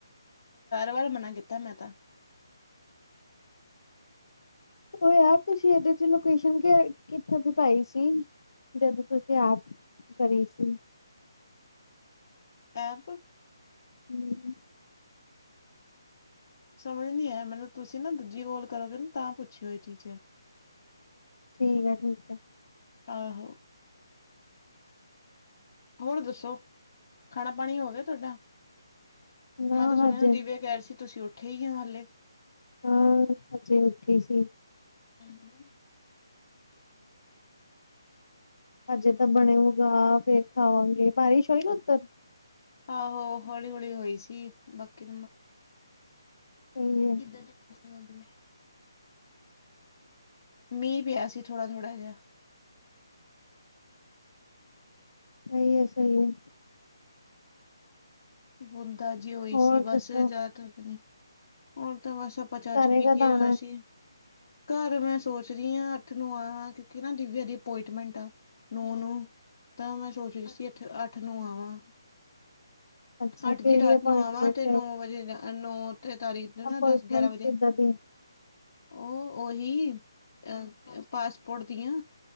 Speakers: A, on the left; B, on the left.
A: ਵਾਰ ਮਨਾ ਕੀਤਾ ਮੈਂ ਤਾਂ।
B: ਉਹ ਯਾਰ ਤੁਸੀਂ ਇਹਦੇ 'ਚ ਲੋਕੇਸ਼ਨ ਕਿੱਥੋਂ ਦੀ ਪਾਈ ਸੀ। ਜਦੋਂ ਤੁਸੀਂ ਆਪ ਕਰੀ ਸੀ।
A: ਐਪ।
B: ਹੂੰ।
A: ਸਮਝ ਨੀ ਆਇਆ ਮੈਨੂੰ ਤੁਸੀਂ ਨਾ ਦੂਜੀ ਕੋਲ ਕਰੋਗੇ ਨਾ ਤਾਂ ਪੁੱਛਿਓ ਇਹ ਚੀਜ਼ਾਂ।
B: ਠੀਕ ਹੈ ਠੀਕ ਹੈ।
A: ਆਹੋ ਹੋਰ ਦੱਸੋ ਖਾਣਾ ਪਾਣੀ ਹੋ ਗਿਆ ਤੁਹਾਡਾ
B: ਨਾ
A: ਮੈਂ ਤਾਂ ਸੁਣਿਆ
B: ਹਜੇ
A: ਦਿਵਿਆ ਕਹਿ ਰ ਸੀ ਤੁਸੀਂ ਉੱਠੇ ਹੀ ਆ ਹਾਲੇ
B: ਹਾਂ ਅਜੇ ਉੱਠੇ ਸੀ
A: <inaudible>
B: ਹਜੇ ਤਾਂ ਬਣੇ ਹੋਗਾ ਫੇਰ ਖਾਵਾਂਗੇ ਬਾਰਿਸ਼ ਹੋਈ ਨਾ ਉੱਧਰ
A: ਆਹੋ ਹੌਲੀ ਹੌਲੀ ਹੋਈ ਸੀ ਬਾਕੀ <inaudible>
B: ਸਹੀ ਐ
A: ਮੀਂ ਪਿਆ ਸੀਥੋੜਾ ਥੋੜ੍ਹਾ ਜਿਹਾ।
B: ਸਹੀ ਹੈ ਸਹੀ ਹੈ
A: ਬੁੰਦਾ ਜੀ ਹੋਈ
B: ਹੋਰ
A: ਸੀ ਬਸ
B: ਦੱਸੋ
A: ਜ਼ਿਆਦਾਤਰ ਨੇ ਔਰ ਤਾਂ ਬਸ ਸ ਆਪਾ ਚਾ
B: ਘਰੇ
A: ਚੁਪੀ
B: ਕਦ
A: ਕੇ
B: ਆਣਾ?
A: ਵੈਸੀ ਘਰ ਮੈਂ ਸੋਚ ਰਹੀ ਹਾਂ ਅੱਠ ਨੂੰ ਆ ਕਿਉਕਿ ਨਾ ਦਿਵਿਆ ਦੀ ਅਪੋਇੰਟਮੈਂਟ ਆ ਨੋ ਨੂੰ ਤਾਂ ਮੈਂ ਸੋਚ ਰਹੀ ਸੀ ਅੱਠ ਅੱਠ ਨੂੰ ਆਵਾਂ।
B: ਅੱਛਾ
A: ਅੱਠ
B: ਕਿਹੜੀ
A: ਦੀ ਰਾਤ
B: ਅਪੋਇੰਟਮੈਂਟ
A: ਨੂੰ ਆਵਾਂ ਤੇ ਨੌ
B: ਐ?
A: ਵਜੇ ਨੌ ਤੇ ਤਾਰੀਖ ਨਾ
B: ਅਪੋਇੰਟਮੈਂਟ
A: ਦਸ ਗਿਆਰਾਂ ਵਜੇ।
B: ਕਿੱਦਾਂ ਦੀ
A: ਉਹ ਉਹੀ ਅ ਪਾਸਪੋਰਟ ਦੀਆਂ।